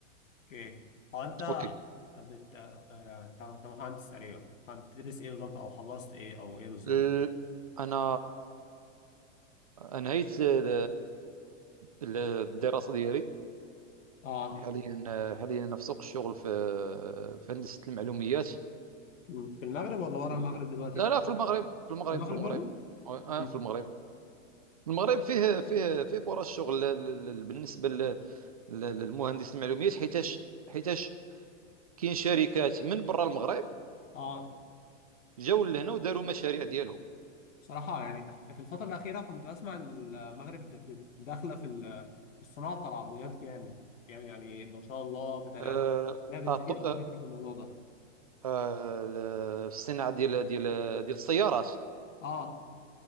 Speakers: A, on the left; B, on the right.
A: اوكي هو انت
B: اوكي
A: بت... آه، انت انت مهندس تقريبا فانت بتدرس ايه بالظبط او خلصت ايه او ايه بالظبط
B: ال... انا انهيت ال- ال- الدراسه ديالي
A: اه
B: حاليا حاليا انا في سوق الشغل في في هندسه المعلومات
A: مم. في المغرب ولا ورا
B: و-
A: المغرب دلوقتي
B: لا لا في المغرب في المغرب
A: المغرب
B: في المغرب
A: برضو
B: اه
A: مم.
B: في المغرب المغرب فيه فيه فيه فرص شغل ل- ل- ل- بالنسبه ل- ل- للمهندس المعلومات حيتاش حيتاش كاين شركات من برا المغرب
A: اه
B: جاوا لهنا وداروا مشاريع ديالهم
A: صراحة يعني في الفترة الأخيرة كنت أسمع إن المغرب ب- ب- داخلة في ال- في الصناعة بتاع العربيات جامد يعني يعني ما شاء الله بتهيألي
B: آه
A: ما بتليش
B: آه ط-
A: أفريقيا
B: آه
A: في الموضوع ده
B: آه، ال- الصناعه ديال ديال ديال السيارات
A: آه